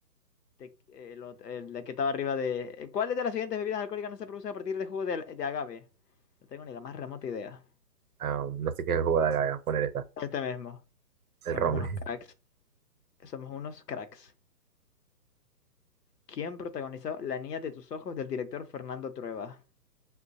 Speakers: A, on the left (about 75°); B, on the right (about 60°).
A: Te- el, ot- el de que estaba arriba de... eh, ¿Cuáles de las siguientes bebidas alcohólicas no se producen a partir de jugo de, de agave? No tengo ni la más remota idea.
B: Ah, no sé qué jugada acá, voy a poner esta.
A: Este mismo. Somos
B: El ron.
A: unos cracks.
B: <laughs>
A: Somos unos cracks. ¿Quién protagonizó La niña de tus ojos del director Fernando Trueba?